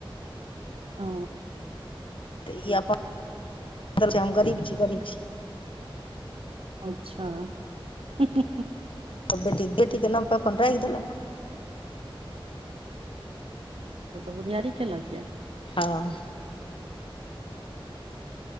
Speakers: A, on the right; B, on the left.
A: ओ
B: तऽ ई अपन हम गरीब छी गरीब छी।
A: अच्छा हूं हूं हूं
B: त बेटी बेटीके नामपे अपन राखि देलक।
A: तऽ बुधियारी केलक यऽ।
B: हँ
A: ?